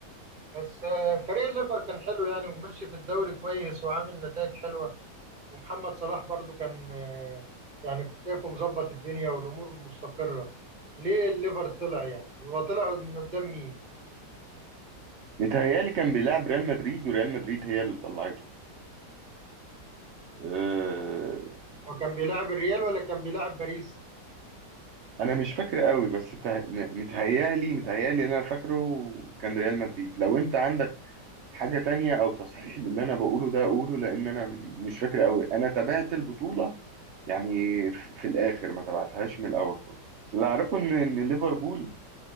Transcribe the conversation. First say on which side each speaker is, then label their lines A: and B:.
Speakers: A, on the right; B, on the right.
A: بس آه، فريق الليفر كان حلو يعني وماشي في الدوري كويس وعامل نتائج حلوة ومحمد صلاح برضو كان آه، يعني كنت شايفه مظبط الدنيا والامور مستقره ليه الليفر طلع يعني هو طلع من قدام مين
B: متهيألي كان بيلعب ريال مدريد وريال مدريد هي اللي طلعته آه،
A: هو كان بيلعب الريال ولا كان بيلعب باريس
B: انا مش فاكر قوي بس تع- م- متهيألي متهيألي اللي انا فاكره كان ريال مدريد لو انت عندك حاجة تانية او تصحيح للي انا بقوله ده اقوله لان انا مش فاكر قوي انا تابعت البطولة يعني ف- في الاخر ما تابعتهاش من الاول خالص بس اللي اعرفه ان ان ليفربول